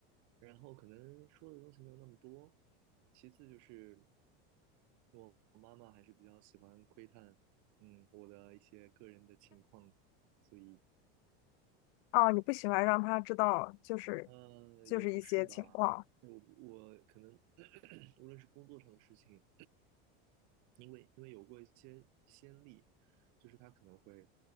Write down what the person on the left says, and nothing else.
哦，你不喜欢让他知道，就是
就是一些情况